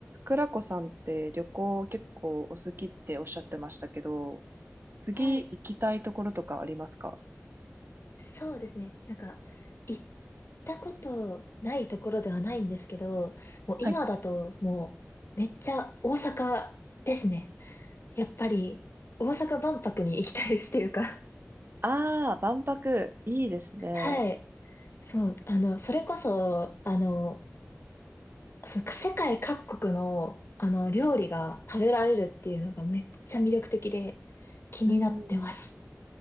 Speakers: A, on the right; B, on the left.
A: くらこさんって旅行結構お好きっておっしゃってましたけど、次行きたいところとかありますか
B: はい。そうですね。なんか、行ったことないところではないんですけど、もう今だともうめっちゃ大阪ですね。
A: はい。
B: やっぱり大阪万博に行きたいですというか
A: ああ、万博、いいですね。
B: はい。そう、あの、それこそ、あの、そ世界各国の、あの、料理が食べられるっていうのがめっちゃ魅力的で気になってます。
A: うん、